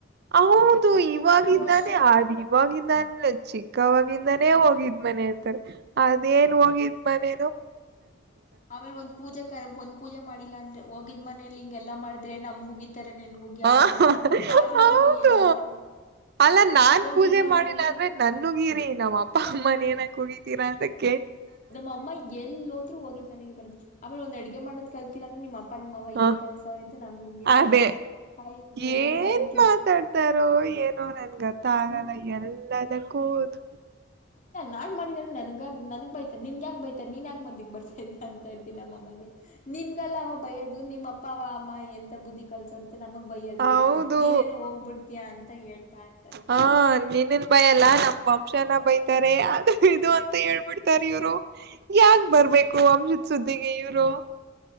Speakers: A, on the right; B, on the left.
A: ಹೌದು ಇವಾಗಿಂದಾನೆ
B: ಅಷ್ಟೇ
A: ಅ ಇವಾಗಿಂದಾನೇ ಲಚ್ಚಿ ಕ್ಕವಾಗಿಂದಾನೇ ಹೋಗಿದ್ ಮನೆ ಹಂತರ ಅದೇಏನ್ ಹೋಗಿದ್ ಮನೆ
B: ಹದ ಆಮೇಲೆ ಒಂದ್ ಪೂಜೆ ಕ ಒಂದ ಪೂಜೆ ಮಾಡಿಲ್ಲ ಅಂದ್ರೆ ಹೋಗಿದ ಮನೇಲಿ ಹಿಂಗೆಲ್ಲ ಮಾಡಿದ್ರೆ ನಮ್ ಹೋಗಿತ್ತು ನನ್ಗ ಹೋಗಿ
A: ಹ
B: ಅಲ್ಲ ಒಂದ್ ಪಾತ್ರ
A: ಹೌದು
B: ತೊಳಿಲಿಲ್ಲ ಅಂದ್ರೆ ಹ
A: ಅಲ್ಲ ನಾನ್
B: ಹೋಗಿದ್
A: ಪೂಜೆ
B: ಮನೇಲಿ
A: ಮಾಡಿಲ್ಲ ಅಂದ್ರೆ ನನ್ಗೀರಿ ನಾವ್ ಅಪ್ಪ ಅಮ್ಮನ ಏನಕ್ ಹಗಿತೀರಾ ಅದಕ್ಕೆ
B: ನಮ್ಮ ಅಮ್ಮ ಎಲ್ಲಿ ಹೋದ್ರು ಹೋಗಿದ್ ಮನೆಗೆ ಬರದ್ ಆಮೇಲೆ ಒಂದ್ ಅಡ್ಗೆ ಮಾಡೋದ್ ಕಲ್ತಿಲ್ಲ ಅಂದ್ರೆ ನಿಮ್ಮ ಅಪ್ಪ ಅಪ್ಪ ನಿಮ್ಮವ
A: ಹ
B: ಏನ್ ಕಲ್ಸ ಅವ್ರ ಅಂತ ನಮ್ಗ ಉಗಿತಾರೆ
A: ಅದೇ
B: ಅಯ್ಯೋ
A: ಏನ್
B: ನನ್ ಕೇಳಿ
A: ಮಾತಾಡ್ತಾರೋ ಏನೋ ಗತ್ತ
B: ಹ
A: ಆಗಲ್ಲ ಎಲ್ಲದ ಕೂದು
B: ನಾ ಮಾಡಿದೇನೆ ನನ್ಗ ನನ್ಗ್ ಬೈತ ನನ್ ಯಕ ಬೈತ ನೀನ್ರರಾಕಕ್ಂದಿ ಬರ್ತ ಅಂತ ಇರ್ತೀನಮ್ಮಮ್ಮಗೆ ನಿಮ್ಗೆಲ್ಲ ಅವ ಭಯದು ನಿಮ್ಮ್ ಅಪ್ಪ ಅವ ಅಮ್ಮ ಎಂತ ಬುದ್ಧಿ ಕಲ್ಸರ್ ಮತ್ತೆ ನಮಗ್ ಬೈಯ್ಯೋದು
A: ಹೌದು
B: ನೀನ್ನು ಹೋಗ್ಬಿಡ್ತೀಯಾ ಅಂತ ಹೇಳ್ತಾ ಇರ್ತಾರೆ
A: ಹಾ ನೀನ್ನನ್ ಬಯಲ್ಲ ನಮ್ ವಂಶನ ಬೈತಾರೆ ಅದು ಇದು ಅಂತ ಹೇಳ್ಬಿಡ್ತಾರ ಇವ್ರು ಯಾಕೆ ಬರಬೇಕು ವಂಶುನ್ ಸುದ್ದಿಗೆ ಇವರು